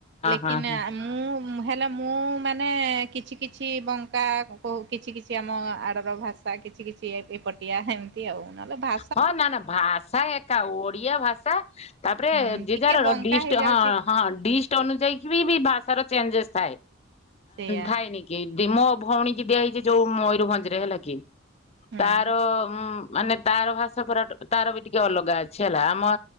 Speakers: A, on the right (about 55°); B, on the left (about 30°).
A: ଲେକିନ
B: ହଁ ହଁ
A: ମୁଁ ହେଲେ ମୁଁ ମାନେ କିଛି କିଛି କିଛି ବଙ୍କା କୋ କିଛି କିଛି ଆମ ଆଡ଼ର ଭାଷା କିଛି କିଛି ଏପଟ ଓଡିଆ ହେମତି ଆଉ ନହେଲେ ଭା
B: ହଁ ନା ନା ଭାଷା ଏକା ଓଡିଆ ଭାଷା ତାପରେ
A: ହୁଁ
B: ଯିଏ
A: ଟିକେ
B: ଯାର
A: ବଙ୍କା
B: ଡିଷ୍ଟ
A: ହେଇଯାଉଛି
B: ହଁ ହଁ ଡିଷ୍ଟ ଅନୁଯାୟୀ ବି ବି ଭାଷାର ଚେଞ୍ଜେସ୍ ଥାଏ
A: ସେଇଆ
B: ଥାଏନି। କିବେ ମୋ ଭଉଣୀ କି ଦିଆ ହେଇଛି ଯୋଉ ମୟୂରଭଞ୍ଜ ରେ ହେଲା କି
A: ହୁଁ।
B: ତାର ଉଁ ମାନେ ତାର ଭାଷା ପୁରା ତାର ବି ଟିକେ ଅଲଗା ଅଛି ହେଲା ଆମ